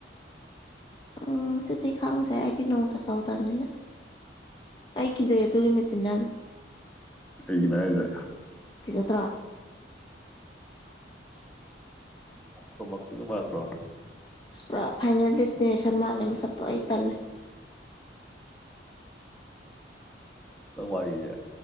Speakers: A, on the left (about 25°); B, in the centre.
A: ꯎꯝ ꯑꯗꯨꯗꯤ ꯈꯪꯗ꯭ꯔꯦ ꯑꯩꯗꯤ ꯅꯧꯗ ꯇꯧꯗꯕꯅꯤꯅ ꯑꯩ ꯀꯤꯖꯩ ꯑꯗꯨꯒꯤ ꯃꯦꯆꯤꯟꯗ
B: ꯀꯩꯒꯤꯅꯣ ꯍꯥꯏꯁꯦ
A: ꯀꯤꯖ ꯇ꯭ꯔꯥ
B: ꯊꯃꯛꯇꯒꯤ ꯃꯥꯥꯟꯕ꯭ꯔꯣ
A: ꯄꯨꯔꯥ ꯐꯥꯏꯅꯦꯜ ꯗꯦꯁꯇꯤꯅꯦꯁꯟ ꯃꯥꯜꯂꯦ ꯃꯁꯛꯇꯣ ꯑꯩ ꯇꯜꯂꯦ
B: ꯇ ꯋꯥꯔꯤꯗꯦ